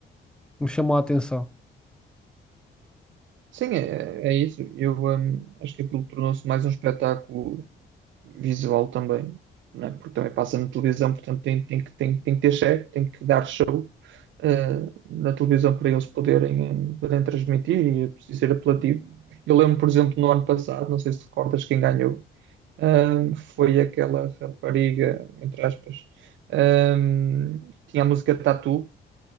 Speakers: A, in the centre; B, on the right.
A: me chamou a atenção.
B: Sim, é, é isso. Eu, hum, acho que aquilo tornou-se mais um espetáculo visual também, né? Porque também passa na televisão, portanto tem, tem que, tem, tem que ter chefe, tem que dar show, eh, na televisão para eles poderem, hum, poderem transmitir e é preciso ser apelativo. Eu lembro, por exemplo, no ano passado, não sei se recordas quem ganhou, hum, foi aquela rapariga, entre aspas, hum, que tinha a música Tatu